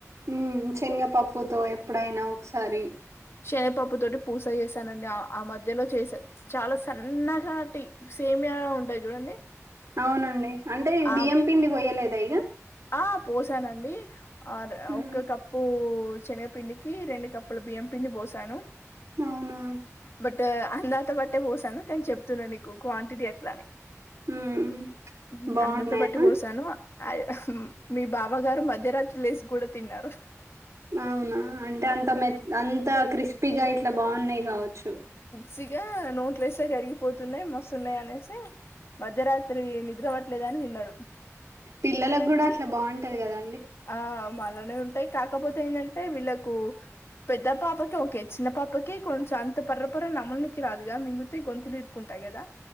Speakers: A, on the right (about 60°); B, on the left (about 50°).
A: మ్మ్ శేన్నగ పప్పుతో ఎప్పుడైనా ఒకసారి
B: శనపప్పు తోటి పూస చేశానండి ఆ ఆ మధ్యలో చేసా చాలా సన్నగాటి సేమ్యా గా ఉంటాయి చూడండి
A: అవునండి అంటే
B: ఆ
A: బియ్యం పిండి పొయ్యలేదా ఇగ
B: ఆ పోసానండి ఆర్
A: ఉమ్
B: ఒక కప్పు శెనగ పిండికి రెండు కప్పుల బియ్యం పిండి పోసాను
A: అవునా
B: బట్ ట్ అందతో బట్టే పోసాను కానీ చెప్తున్నాను నీకు క్వాంటిటీ ఎట్లని
A: ఉమ్
B: మ్మ్
A: బాగున్నాయా
B: అందతో పట్టి పోసాను అయ్ అహ్! మ్మ్ మీ బావగారు మధ్యరాత్రి లేసి కూడా తిన్నారు
A: అవునా? అంటే అంత మెత్ అంత క్రిస్పీగా ఇట్ల బాగున్నయి గావచ్చు
B: సిగా నోట్లో ఏస్తె కరిగిపోతున్నయ్, మస్తున్నయ్ అనేసి, మధ్యరాత్రి నిద్ర పట్ ట్లేదు అని తిన్నడు
A: పిల్లలకు గుడా అట్ల బావుంటది గదా
B: ఆ మల్లనే ఉంటాయ్ కాకపోతే ఏందంటే వీళ్ళకు పెద్ద పాపకి ఓకే చిన్న పాపకి కొంచెం అంత పర్రపర్ర నమలనీకి రాదుగ, మింగుతే గొంతులో ఇరుకునట్ ఉంటాయ్ గదా